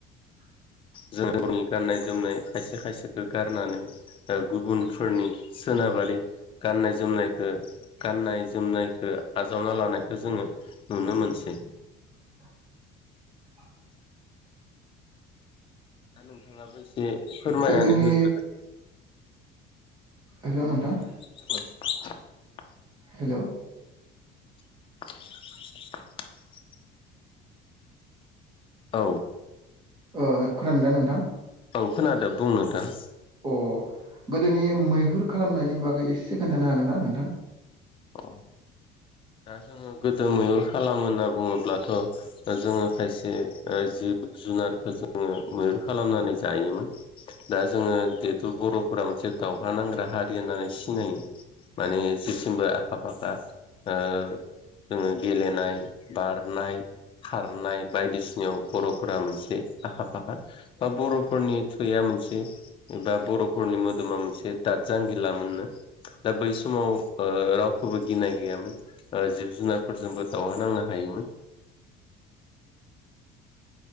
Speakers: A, on the right; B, on the left.
A: <inaudible>
B: जों <inaudible> गाननाय जोमनाय खायसे खायसेखो गारनानै ओ गुबुनफोरनि सोनाबा रि गानाय जोमनायखो गानाय जोमनायखो आजावना लानायखो जोङो नु नुनोमोनसै।
A: <inaudible>
B: दा नोंथाङाबो एसे फोरमायनानै
A: गोदोनि
B: होग्रोदो।
A: हेल' नोंथां।
B: <inaudible>
A: हेल' ओ
B: <inaudible> औ
A: ओ खोनादोंदा नोंथां?
B: औ खोनादो बुं नोंथां।
A: अ गोदोनि मैहुर खालामनायनि बागै एसे खोन्थानो हागोन ना नोंथां?
B: अ दा जोङो गोदो मैुहुर खालामो होनना बुङोब्लाथ' जोङो खायसे ओ जिब जिब जुनारखो जोङो मैहुर खालामनानै जायोमोन दा जोङो जिहेथु बर'फोरा मोन से दावहा नांग्रा हारि होननानै सिनायो माने जेथिंबो आखा फाखा ओ जोङो गेलेनाय बारनाय खारनाय बायदिसिनायाव बर'फोरा मोनसे आखा फाखा बा बर'फोरनि थुया मोनसे एबा बर'फोरनि मोदोमा मोनसे दाद जांगिलामोननो दा बै समाव ओ राव खौबो गिनाय गैयामोन। ओ जिब जुनारफोरजोंबो दावहा नांनो हायोमोन।